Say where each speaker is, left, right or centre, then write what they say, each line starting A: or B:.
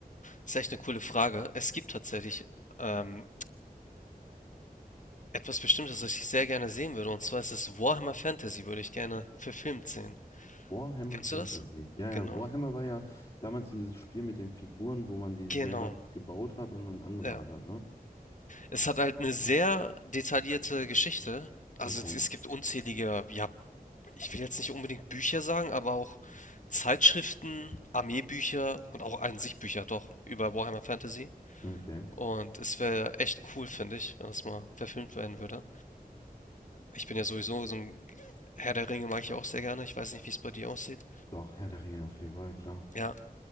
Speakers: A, on the left; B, on the left.
A: ist echt eine coole Frage. Es gibt tatsächlich ähm, etwas Bestimmtes, das ich sehr gerne sehen würde. Und zwar ist es Warhammer Fantasy, würde ich gerne verfilmt sehen.
B: Warhammer
A: Kennst
B: Fantasy.
A: du das?
B: Ja, ja,
A: Genau,
B: Warhammer war ja damals dieses Spiel mit den Figuren, wo man die
A: genau.
B: selber gebaut hat und dann angemalt
A: Ja.
B: hat, ne?
A: Es hat halt eine sehr detaillierte Geschichte. Also
B: Okay,
A: es es gibt unzählige, ja, Ich will jetzt nicht unbedingt Bücher sagen, aber auch Zeitschriften, Armeebücher und auch an sich Bücher doch über Warhammer Fantasy.
B: okay.
A: Und es wäre echt cool, finde ich, wenn das mal verfilmt werden würde. Ich bin ja sowieso so ein Herr der Ringe mag ich auch sehr gerne. Ich weiß nicht, wie es bei dir aussieht.
B: Doch, Herr der Ringe auf jeden Fall, klar.
A: Ja,